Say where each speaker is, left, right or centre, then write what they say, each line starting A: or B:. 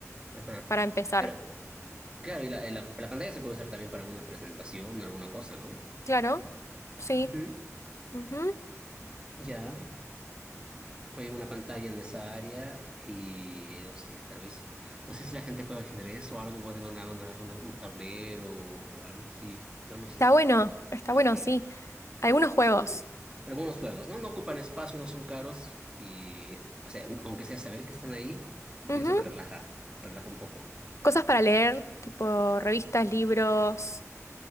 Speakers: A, on the right; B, on the left.
A: Ajá.
B: para empezar.
A: Pero, claro, y la, eh, la, la pantalla se puede usar también para alguna presentación, alguna cosa, ¿no?
B: Claro, sí.
A: Ujú.
B: ujú.
A: Ya, hay una pantalla en esa área y no sé, tal vez, no sé si la gente juega ajedrez o algo, ponen una, una- una- un tablero o algo así. Yo no sé
B: Está
A: si
B: bueno,
A: la gente
B: está
A: todavía.
B: bueno, sí. Algunos juegos,
A: Sí, algunos juegos, ¿no? No ocupan espacio, no son caros y, o sea, aun- aunque sea saber que están ahí, yo
B: ujú,
A: pienso que relaja, relaja un poco.
B: Cosas para leer, tipo revistas, libros,